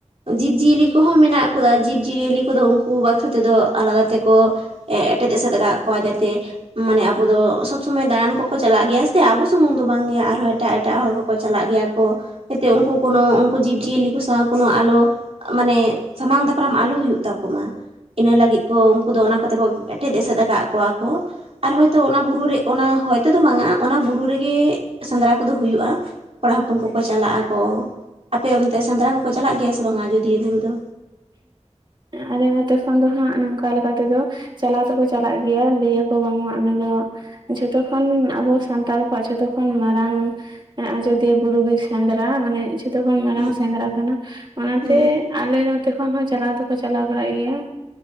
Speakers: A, on the right (about 55°); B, on the right (about 40°).
A: ᱡᱤᱵ ᱡᱤᱭᱟᱹᱞᱤ ᱠᱚᱦᱚᱸ ᱢᱮᱱᱟᱜ ᱠᱚᱫᱟ ᱡᱤᱭᱟᱹᱞᱤ ᱠᱚᱫᱚ ᱩᱱᱠᱩ ᱵᱟᱠᱷᱨᱟ ᱛᱮᱫᱚ ᱟᱞᱟ ᱛᱮᱠᱚ ᱮᱴᱮᱫ ᱮᱥᱮᱫ ᱟᱠᱟᱫ ᱠᱚᱣᱟ ᱡᱟᱛᱮ ᱢᱟᱱᱮ ᱟᱵᱚ ᱫᱚ ᱥᱚᱵᱽ ᱥᱚᱢᱚᱭ ᱫᱟᱬᱟᱱ ᱠᱚᱠᱚ ᱪᱟᱞᱟᱜ ᱜᱮᱭᱟ ᱥᱮ ᱟᱵᱚ ᱥᱩᱢᱩᱝ ᱫᱚ ᱵᱟᱝ ᱜᱮᱮ ᱟᱨᱦᱚᱸ ᱮᱴᱟᱜ ᱮᱴᱟᱜ ᱦᱚᱲ ᱠᱚᱠᱚ ᱪᱟᱞᱟᱜ ᱜᱮᱭᱟ ᱠᱚ ᱡᱛᱮ ᱩᱱᱠᱩ ᱠᱳᱱᱚ ᱩᱱᱠᱩ ᱡᱤᱵᱽ ᱡᱤᱭᱟᱹᱞᱤ ᱠᱚ ᱥᱟᱶ ᱠᱱᱚ ᱟᱞᱚ ᱢᱟᱱᱮ ᱥᱟᱢᱟᱝ ᱫᱟᱯᱨᱟᱢ ᱟᱞᱚ ᱦᱩᱭᱩᱜ ᱛᱟᱠᱚᱟ ᱤᱱᱟᱹ ᱞᱟᱹᱜᱤᱫ ᱠᱚ ᱩᱱᱠᱩ ᱫᱚ ᱚᱱᱟ ᱠᱟᱛᱮ ᱠᱚ ᱮᱴᱮᱫ ᱮᱥᱮᱫ ᱟᱠᱟᱫ ᱠᱚᱣᱟ ᱠᱚ ᱟᱨ ᱛᱚ ᱚᱱᱟ ᱵᱩᱨᱩ ᱨᱮ ᱚᱱᱟ ᱦᱚᱭᱛᱚ ᱫᱚ ᱵᱟᱝᱼᱟ ᱚᱱᱟ ᱵᱩᱨᱩ ᱨᱮᱜᱮ ᱥᱮᱸᱫᱽᱨᱟ ᱠᱚᱫᱚ ᱦᱩᱭᱩᱜᱼᱟ ᱠᱚᱲᱟ ᱦᱚᱯᱚᱱ ᱠᱚᱠᱚ ᱪᱟᱞᱟᱜ ᱟᱠᱚ ᱟᱯᱮ ᱚᱱᱛᱮ ᱥᱮᱸᱫᱽᱨᱟ ᱠᱚᱠᱚ ᱪᱟᱞᱟᱜ ᱜᱮᱭᱟ ᱥᱮ ᱵᱟᱝᱟ ᱟᱡᱳᱫᱤᱭᱟᱹ ᱵᱩᱨᱩ ᱫᱚ
B: ᱟᱫᱚ ᱱᱚᱛ ᱠᱷᱚᱱᱚᱱ ᱫᱚ ᱦᱟᱸᱜ ᱱᱚᱝᱠᱟ ᱞᱮᱠᱟ ᱛᱮᱫᱚ ᱪᱟᱞᱟᱣ ᱛᱮᱠᱚ ᱪᱟᱞᱟᱜ ᱜᱮᱭᱟ ᱞᱟᱹᱭᱟᱠᱚ ᱵᱟᱝᱢᱟ ᱚᱱᱟ ᱫᱚ ᱡᱷᱚᱛᱚᱠᱷ ᱟᱵᱚ ᱥᱟᱱᱛᱟᱲ ᱠᱚᱣᱟᱜ ᱡᱷᱚᱛᱚᱠᱷ ᱢᱟᱨᱟᱝ ᱸ ᱟᱡᱚᱫᱤᱭᱟᱹ ᱵᱩᱨᱩ ᱜᱮ ᱥᱮᱸᱫᱽᱨᱟ ᱢᱟᱱᱮ ᱠᱷᱚᱱ ᱢᱟᱨᱟᱝ
A: ᱦᱮᱸ
B: ᱥᱮᱸᱫᱽᱨᱟ ᱠᱟᱱᱟ ᱚᱱᱟᱛᱮ
A: ᱦᱩᱸ
B: ᱟᱞᱮ ᱱᱚᱛᱮ ᱠᱷᱚᱱ ᱦᱚᱸ ᱪᱟᱞᱟᱣ ᱫᱚ᱾ ᱠᱚ ᱪᱟᱞᱟᱣ ᱵᱟᱲᱟᱜ ᱜᱮᱭᱟ